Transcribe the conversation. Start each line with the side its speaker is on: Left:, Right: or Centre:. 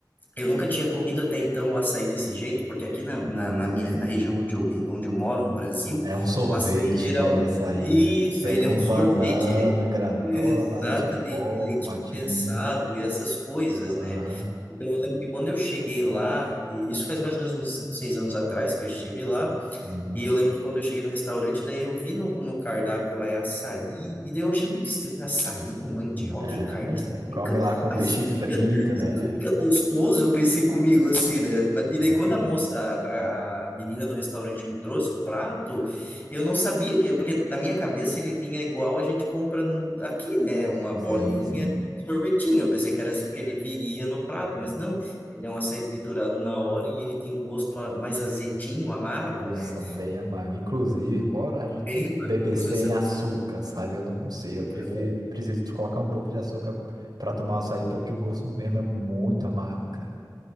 Left: Eu nunca tinha comido até então o açaí desse jeito, porque aqui na, na, na minha, na região onde eu, re- onde eu moro, no Brasil,
Right: É um sorvete,
Left: o açaí geral.
Right: né, de açaí,
Left: Isso,
Right: né? Vem
Left: ele
Right: com
Left: é um sorvete.
Right: banana,
Left: ele-
Right: granola,
Left: é, Exatamente,
Right: leite pó,
Left: leite
Right: fumatinha.
Left: condensado e essas coisas,
Right: Aham.
Left: né? Então, eu lembro que quando eu cheguei lá, e isso faz mais ou menos uns 5 6 anos atrás que eu estive lá,
Right: Uhum.
Left: e eu lembro que quando eu cheguei no restaurante, daí eu vi no, no cardápio é açaí, e daí eu achei muito estranho açaí com mandioca
Right: É,
Left: e carne seca.
Right: come lá com
Left: Mas
Right: peixe
Left: isso
Right: frito,
Left: fica, mas
Right: né?
Left: isso fica gostoso, eu pensei comigo assim, né? Ma- E
Right: Aham.
Left: daí quando a moça, a, a- menina do restaurante me trouxe o prato, eu não sabia, que, porque na minha cabeça ele vinha igual a gente compra aqui, né? Uma bolinha,
Right: Sim, sim.
Left: sorvetinho. Eu pensei que era assim que ele viria no prato,
Right: Não.
Left: mas não, ele é um açaí triturado na hora e ele tem um gosto a- mais azedinho, amargo,
Right: Nossa,
Left: né?
Right: bem amargo. Inclusive, coragem de
Left: Bem harmonioso,
Right: beber sem
Left: essa é a
Right: açúcar, sabe? Eu não consigo. Eu prefiro,
Left: palavra.
Right: preciso de colocar um pouco de açúcar para tomar açaí, porque o gosto mesmo é muito amargo, cara.